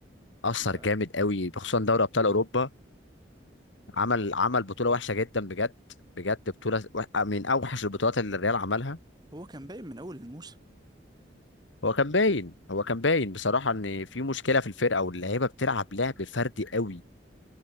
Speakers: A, on the left; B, on the right.
A: اثر
B: لا،
A: جامد قوي خصوصا دوري ابطال اوروبا عمل عمل بطوله وحشه جدا بجد بجد بطوله وح- آه، من اوحش البطولات اللي الريال عملها
B: هو كان باين من اول الموسم
A: هو كان باين هو كان باين بصراحه ان في مشكله في الفرقه واللعيبه بتلعب لعب فردي قوي